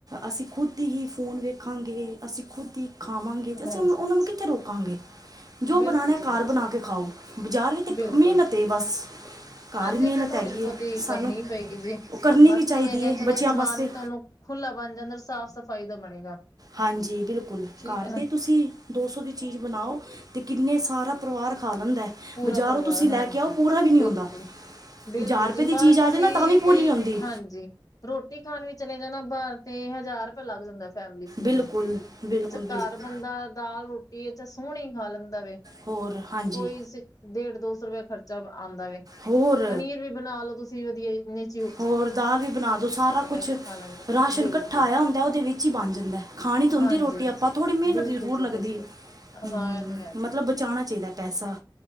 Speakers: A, on the right (about 45°); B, on the left (about 45°).
A: ਅਸੀਂ ਖੁਦ ਈ ਫ਼ੋਨ ਵੇਖਾਂਗੇ ਅਸੀਂ ਖੁਦ ਈ ਖਾਵਾਂਗੇ ਤੇ ਅਸੀਂ
B: ਹਾਂਜੀ
A: ਉਹ ਉਹਨਾਂ ਨੂੰ ਕਿੱਥੇ ਰੋਕਾਂਗੇ ਜੋ
B: ਬਿਲਕੁਲ
A: ਬਣਾਣਾ
B: ਜੀ ਬਿਲਕੁਲ
A: ਘਰ ਬਣਾ ਕੇ ਖਾਓ। ਬਜ਼ਾਰ ਵਿੱਚ
B: ਬਿਲਕੁਲ
A: ਮਿਹਨਤ ਐ ਬਸ ਘਰ
B: ਹਾਂਜੀ
A: ਮਿਹਨਤ
B: ਐ ਤੇ ਥੋੜ੍ਹੀ
A: ਹੈਗੀ
B: ਜਿਹੀ ਬਹੁਤੀ
A: ਹੈ ਸਾਨੂੰ
B: ਕਰਨੀ ਪਏਗੀ ਜੀ
A: ਉਹ ਕਰਨੀ
B: ਬਾਕੀ
A: ਵੀ ਚਾਹੀਦੀ
B: ਹੈਗਾ
A: ਹੈ
B: ਚਲੋ
A: ਬੱਚਿਆਂ
B: ਸਮਾਨ
A: ਵਾਸਤੇ
B: ਵੀ ਤੁਹਾਨੂੰ ਖੁੱਲਾ ਬਣ ਜਾਂਦਾ ਸਾਫ਼ ਸਫ਼ਾਈ ਦਾ ਬਣੇਗਾ।
A: ਹਾਂਜੀ ਬਿਲਕੁਲ
B: ਠੀਕ
A: ਘਰ
B: ਹੈ ਨਾ
A: 'ਤੇ ਤੁਸੀਂ ਦੋ ਸੌ ਦੀ ਚੀਜ਼ ਬਣਾਓ ਤੇ ਕਿੰਨੇ ਸਾਰਾ ਪਰਿਵਾਰ ਖਾ ਲੈਂਦਾ।
B: ਪੂਰਾ
A: ਬਾਜ਼ਾਰੋਂ
B: ਪਰਿਵਾਰ
A: ਤੁਸੀਂ ਲੈ
B: ਹਾਂਜੀ
A: ਕੇ ਆਓ ਪੂਰਾ ਵੀ ਨਹੀਂ
B: ਬਿਲਕੁਲ,
A: ਹੁੰਦਾ
B: ਬਿਲਕੁਲ
A: ਹਜ਼ਾਰ ਰੁਪਏ
B: ਜੀ
A: ਦੀ
B: ਬਾਰ
A: ਚੀਜ਼ ਆ
B: ਤੁਸੀਂ
A: ਜਾਏ ਨਾ ਤਾਂ ਵੀ ਪੂਰੀ
B: ਕਈ
A: ਨਹੀਂ ਹੁੰਦੀ
B: ਹਾਂਜੀ। ਰੋਟੀ ਖਾਣ ਵੀ ਚਲੇ ਜਾਣਾ ਬਾਹਰ ਤੇ ਹਜ਼ਾਰ ਰੁਪਇਆ ਲੱਗ ਜਾਂਦਾ। ਫੈਮਲੀ ਸਮੇਤ,
A: ਬਿਲਕੁਲ ਬਿਲਕੁਲ
B: ਅੱਛਾ
A: ਬਿਲਕੁਲ
B: ਘਰ ਬੰਦਾ ਦਾਲ, ਰੋਟੀ ਅੱਛਾ ਸੋਹਣੀ ਖਾ ਲੈਂਦਾ ਵੇ,
A: ਹੋਰ ਹਾਂਜੀ
B: ਕੋਈ ਡੇਢ ਦੋ ਸੌ ਰੁਪਇਆ ਖ਼ਰਚਾ ਆਉਂਦਾ ਵੇ,
A: ਹੋਰ
B: ਪਨੀਰ ਵੀ ਬਣਾ ਲੋ ਤੁਸੀਂ ਵਧੀਆ ਜਿਹਾ
A: ਹੋਰ ਦਾਲ ਵੀ ਬਣਾ ਦੋ, ਸਾਰਾ ਕੁਛ
B: ਕੇ ਖਾ ਲੈਂਦਾ
A: ਰਾਸ਼ਨ
B: ਬਿਲਕੁਲ
A: ਇਕੱਠਾ ਆਇਆ ਹੁੰਦਾ ਉਹਦੇ ਵਿੱਚ ਹੀ ਬਣ ਜਾਂਦਾ ਐ। ਖਾਣੀ ਤੇ ਹੁੰਦੀ
B: ਹਾਂਜੀ।
A: ਰੋਟੀ ਆਪਾਂ ਥੋੜ੍ਹੀ ਮਿਹਨਤ
B: ਬਿਲਕੁਲ
A: ਜ਼ਰੂਰ
B: ਜੀ
A: ਲੱਗਦੀ,
B: ਬਿਲਕੁਲ
A: ਹੂੰ,
B: ਹਾਂ ਇਹ ਤੇ ਹੈ ਜੀ
A: ਮਤਲਬ ਬਚਾਣਾ ਚਾਹੀਦਾ ਪੈਸਾ,